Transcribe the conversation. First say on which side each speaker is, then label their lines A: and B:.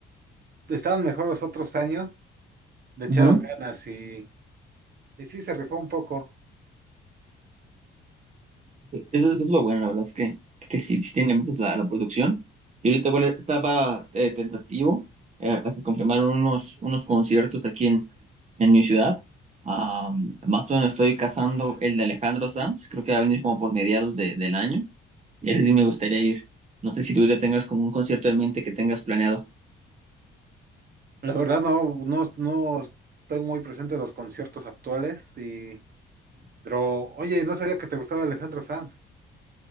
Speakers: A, on the right; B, on the right.
A: estaban mejor los otros años, le echaron
B: Ujú.
A: ganas y... Y sí, se rifó un poco.
B: Eh, Eso es lo bueno, la verdad es que, que sí, sí tiene meses la, la producción. Y ahorita igual estaba eh, tentativo eh, a que confirmaron unos, unos conciertos aquí en, en mi ciudad. Am, más o menos estoy cazando el de Alejandro Sanz, creo que va a venir como por mediados de- del año. Y ese sí me gustaría ir. No sé si tú ya tengas como un concierto en mente que tengas planeado.
A: La verdad no, no, no estoy muy presente en los conciertos actuales y, pero oye, no sabía que te gustaba Alejandro Sanz.